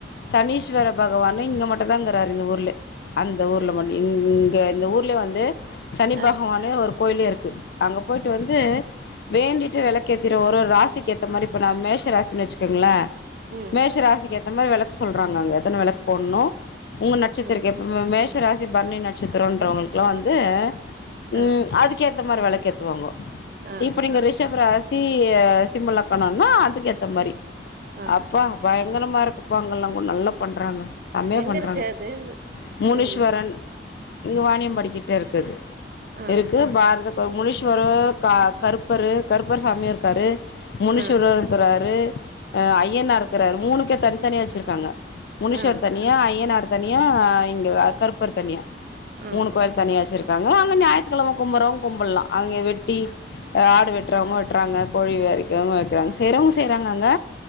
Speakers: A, on the left; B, on the right.
A: சனீஸ்வர பகவானுஇங்க மட்டுதாங்கிறாரு இந்த ஊர்ல அந்த ஊர்ல ஒன்டியு ம் இங்க இந்த ஊர்ல வந்து சனி
B: ஆ
A: பகவானு ஒரு கோயிலேருக்கு அங்க போயிட்டு வந்து வேண்டிட்டு வெளக்கேத்திருவொ ஒரு ராசிக்கு ஏத்த மாரி இப்போ நா மேஷ ராசினு வச்சுக்கோங்ளே
B: ம்
A: மேஷ ராசிக்கு ஏத்த மாரி வெளக்கு சொல்றாங்க அங்க எத்தன வெளக்கு போட்ணு ஒங்க நட்சத்திரொ
B: ம்
A: கேப்பாங்க மேஷ ராசி பரணி நட்சத்திரன்றவங்களுக்கெல்லா வந்து ம்
B: ஆ
A: அதுக் கேத்த மாரி வெளக்கேத்துவாங்கோ
B: ஆ
A: இப்ப நீங்க ரிஷ் ப ராசி சிம்மலக்கணனா அதுக்கேத்த மாரி
B: ஆ
A: அப்பா பயங்கரமாருக்குப்பாங்கல்லா கூட நல்லா பண்றாங்க செமையா
B: எங்க
A: பண்றாங்க
B: இருக்கு அது
A: முனிஷ்வர
B: கோயிலு
A: இங் இங்கு வானியம்பாடிக்கிட்டேருக்குது
B: ஆ
A: இருக்கு பாரத ஒரு முனீஸ்வரு க கருப்பரு கருப்பர் சாமியு இருக்காரு முனிஷ்வரர்
B: ஆ
A: இருக்கிறாரு அ அய்யனார் இருக்கறாரு மூணுக்கே தனித்தனியா வச்சிர்க்காங்க முனிஷ்வர்
B: ஆ
A: தனியா அய்யனார் தனியா இங்க கருப்பர் தனியா
B: ஆ ம்
A: மூணு கோயில் தனியாச்சுருக்காங்க அங்க ஞாயித்துக்கெழம கும்புடறவங்க கும்புலா அங்க வெட்டி ஆடு வெட்டுறவங்க வெட்டுறாங்க கோழி வி அறுக்கிறவங்க அறுக்கறாங்க செய்றவங்க செய்றாங்க அங்க